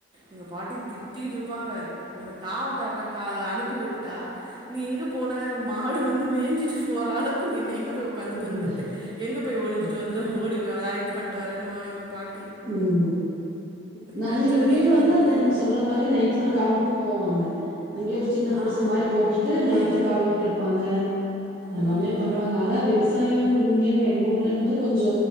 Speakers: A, on the right; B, on the right.
A: எங்க பாட்டி திட்டிக்கிட் ருப்பாங்க உன்ன காவ காக்க அ அனுப்பி விட்டா நீ எங்க போன மாடு வந்து மேஞ்சிட்டு போற அளவுக்கு என்ன எங்க போ போய் உக்காந்துட்
B: கரெக்ட்.
A: வந்துட்டு எங்க போய் ஒலிஞ்சிட்டு
B: கரெக்ட்.
A: வந்து ஓடி வெளையாட் பண்டு வரேன் வாங்க எங்க பாட்
B: உம் ந நாங்க
A: நெனச்சாலே
B: இங்கேயு
A: இதுவா
B: வந்து
A: இருக்கு
B: அந்த நீங்க சொல்ற மாரி நைட் எல்லா காவலுக்கு போவாங்க அங்கேயே ஒரு சின்ன குடிச
A: ஆ
B: மாரி போட்டுட்டு நைட்டு
A: ஆ
B: காவலுக்கு இருப்பாங்க எல்லாமே
A: ம்
B: பண்ணுவாங்க ஆனா விவச சாயொ இங்கங்க எங்க ஊர்லங்கம் போது கொஞ்சொ